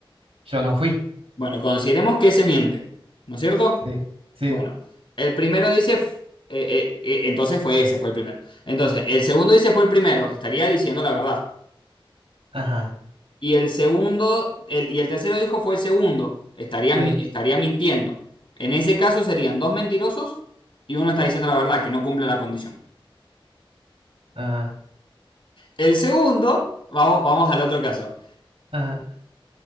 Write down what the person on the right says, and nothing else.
Yo no fui.
Sí, sí.
yo
no-
Ajá,
sí.
Ajá,
ajá,